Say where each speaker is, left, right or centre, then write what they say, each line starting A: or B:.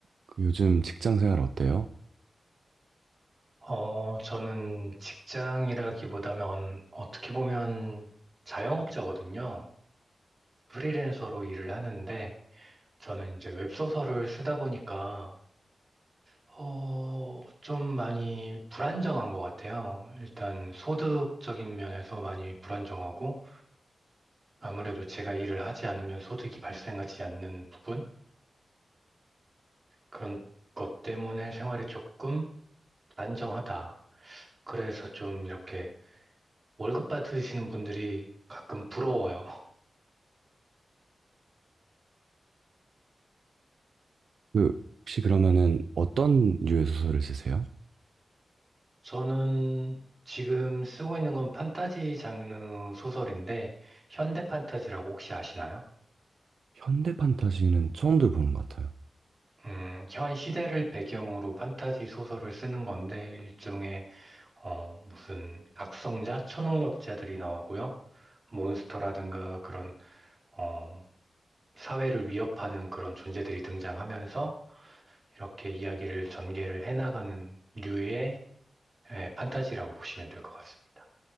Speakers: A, on the right; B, on the right.
A: 그 요즘 직장 생활 어때요?
B: 어, 저는 직장이라기보다는 어떻게 보면 자영업자거든요. 프리랜서로 일을 하는데 저는 이제 웹소설을 쓰다 보니까 어, 좀 많이 불안정한 것 같아요. 일단 소득적인 면에서 많이 불안정하고 아무래도 제가 일을 하지 않으면 소득이 발생하지 않는 부분 그런 것 때문에 생활이 조금 불안정하다. 그래서 좀 이렇게 월급 받으시는 분들이 가끔 부러워요.
A: 그 혹시 그러면은 어떤 류의 소설을 쓰세요?
B: 저는 지금 쓰고 있는 건 판타지 장르 소설인데, 현대 판타지라고 혹시 아시나요?
A: 현대 판타지는 처음 들어보는 것 같아요.
B: 음, 현 시대를 배경으로 판타지 소설을 쓰는 건데, 일종의, 어, 무슨 각성자, 초능력자들이 나오고요. 몬스터라든가 그런, 어, 사회를 위협하는 그런 존재들이 등장하면서, 이렇게 이야기를 전개를 해나가는 류의 예, 판타지라고 보시면 될 것 같습니다.